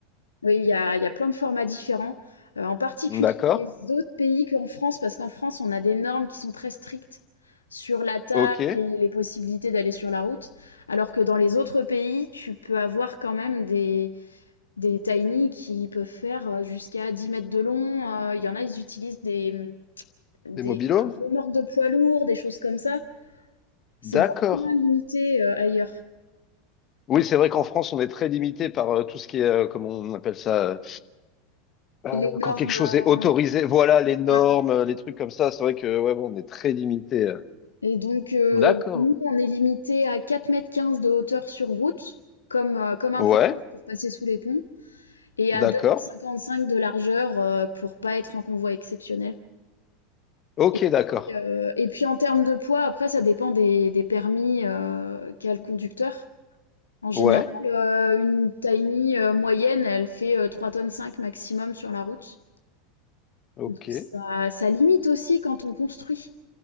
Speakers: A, on the left (about 85°); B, on the left (about 35°).
A: Oui, il y a il y a plein de formats différents, heu, en particulier
B: D'accord.
A: dans les autres pays qu'en France, parce qu'en France, on a des normes qui sont très strictes sur la taille
B: Ok.
A: et les possibilités d'aller sur la route, alors que dans les autres pays, tu peux avoir quand même des Des tiny qui peuvent faire, euh, jusqu'à 10 mètres de long, heu, il y en a, ils utilisent des, mmh,
B: Des
A: des
B: mobilos?
A: remorques de poids lourds, des choses comme ça. C'est
B: D'accord.
A: beaucoup moins limité, heu, ailleurs.
B: Oui, c'est vrai qu'en France, on est très limité par euh, tout ce qui est, euh, comment on appelle ça, euh, euh,
A: Les normes,
B: quand quelque chose
A: heu
B: est autorisé. Voilà, les normes,
A: ouais
B: euh, les trucs comme ça. C'est vrai que, ouais, bon, on est très limité. euh.
A: et donc heu,
B: D'accord.
A: nous, on est limité à quatre mètres quinze de hauteur sur route, comme, heu, comme un
B: Ouais,
A: poids lourd pour passer sous les ponts et
B: d'accord.
A: à deux mètres cinquante cinq de largeur, heu, pour pas être en convoi exceptionnel
B: Ok,
A: et puis,
B: d'accord.
A: heu et puis en termes de poids, après, ça dépend des des permis, heu, qu'a le conducteur. En général,
B: Ouais,
A: heu, une tiny, heu, moyenne, elle fait, heu, 3,5 tonnes cinq maximum sur la route.
B: ok.
A: Donc ça ça limite aussi quand on construit.